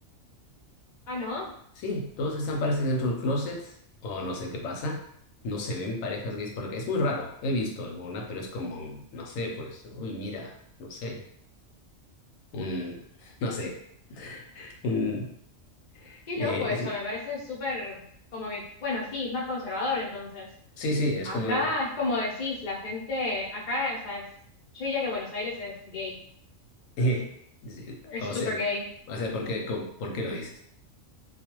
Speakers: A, on the left; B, on the left.
A: Ah, ¿no?
B: Sí, todos están parece dentro del closet o no sé qué pasa. No se ven parejas gays porque es muy raro. He visto alguna, pero es como, no sé, pues, uy, mira, no sé, un, <laughs> no sé, un,
A: Qué
B: eh,
A: loco eso,
B: es-
A: me parece súper, como que, bueno, sí, es más conservador entonces.
B: sí, sí, es
A: Acá
B: como,
A: es como decís, la gente, acá, o sea, es... Yo diría que Buenos Aires es gay
B: <laughs> eh, sí,
A: Es
B: o
A: súper
B: sea,
A: gay,
B: o sea, ¿por qué, co- por qué lo dices?